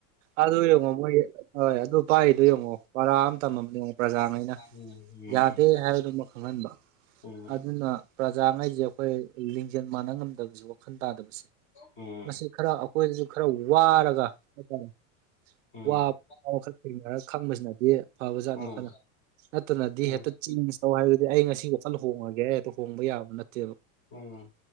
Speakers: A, on the right; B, on the left.
A: ꯑꯗꯨ ꯌꯦꯡꯉꯣ ꯃꯣꯏꯒꯤ ꯍꯣꯏ ꯑꯗꯨ ꯄꯥꯏꯗꯨ ꯌꯦꯡꯉꯣ ꯕꯔꯥ ꯑꯃ ꯇꯝꯃꯝ ꯌꯦꯡꯉꯣ ꯄ꯭ꯔꯖꯥꯉꯩꯅ
B: ꯎꯝ ꯎꯝ
A: ꯌꯥꯗꯦ ꯍꯥꯏꯕꯗꯨꯃ ꯈꯪꯍꯟꯕ
B: ꯎꯝ
A: ꯑꯗꯨꯅ ꯄ꯭ꯔꯖꯥꯉꯩꯁꯦ ꯑꯩꯈꯣꯏ ꯂꯤꯡꯖꯦꯜ ꯃꯥꯟꯅ ꯉꯝꯗꯕꯁꯨ ꯋꯥꯈꯜ ꯇꯥꯗꯕꯁꯨ
B: ꯎꯝ
A: ꯃꯁꯤ ꯈꯔ ꯑꯩꯈꯣꯏꯗꯁꯨ ꯈꯔ ꯋꯥꯔꯒ ꯍꯥꯏꯇꯥꯔꯦ
B: ꯎꯝ
A: ꯋꯥ ꯋꯥꯈꯜ ꯊꯦꯡꯅꯔ ꯈꯪꯕꯁꯤꯅꯗꯤ ꯐꯕ ꯖꯥꯠꯅꯤ
B: ꯎꯝ
A: ꯈꯜꯂ ꯅꯠꯇꯅꯗꯤ
B: ꯎꯝ
A: ꯍꯦꯛꯇ ꯆꯦꯟꯖ ꯇꯧ ꯍꯥꯏꯕꯗꯤ ꯑꯩ ꯉꯁꯤ ꯋꯥꯈꯜ ꯍꯣꯡꯉꯒꯦ ꯑꯩ ꯍꯦꯛꯇ ꯍꯣꯡꯕ ꯌꯥꯕ ꯅꯠꯇꯦꯕ
B: ꯑꯣ